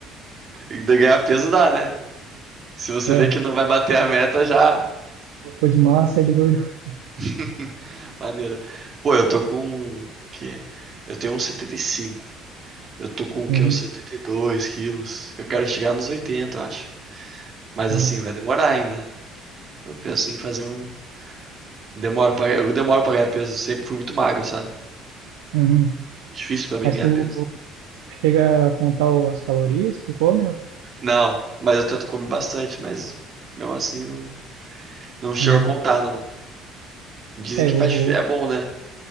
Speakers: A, on the right; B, on the right.
A: E daí Ganhar peso dá, né? Se você
B: É,
A: vê que não vai bater a meta, já.
B: se eu for de massa, é de gordura.
A: <laughs> Maneiro. Pô, eu tô com. Que? Eu tenho um 1,75. Eu tô com o
B: Uhum,
A: quê? Uns 72 quilos. Eu quero chegar nos 80, eu acho. Mas
B: massa.
A: assim, vai demorar ainda. Eu penso em fazer um. Demoro pra... Eu demoro pra ganhar peso. Sempre fui muito magro, sabe?
B: Uhum.
A: Difícil pra mim
B: Mas
A: ganhar
B: tu
A: peso.
B: Chega a contar o- as calorias que tu come, não?
A: Não, mas eu tento comer bastante, mas mesmo assim não, não chego
B: Uhum.
A: a contar, não. Dizem
B: É,
A: que
B: eu,
A: faz... dif- é bom, né?